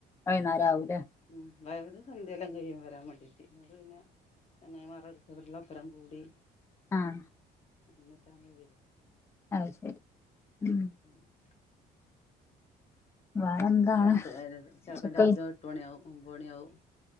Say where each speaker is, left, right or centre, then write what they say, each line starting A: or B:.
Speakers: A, on the left; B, on the left.
A: അഹ് വൈന്നാരാവൂല്ലേ
B: ഹ്മ്മ് <unintelligible> സധ്യയെല്ലാം കയ്യും വരാൻ വാണ്ടീട്ട് അപ്പം പിന്നെ ചങ്ങായിമാരട്ത്ത് എല്ലാം ഒപ്പരം കൂടി
A: ആഹ്
B: എന്നിട്ടാണ് വര്യാ.
A: അത് ശെരി, ഹ്മ്മ്
B: <inaudible>
A: വേറെന്താണ്
B: രാത്രി ചെലപ്പം
A: ഉച്ചക്ക്
B: രാത്രി എട്ട് മണിയാവും ഒമ്പണിയാവും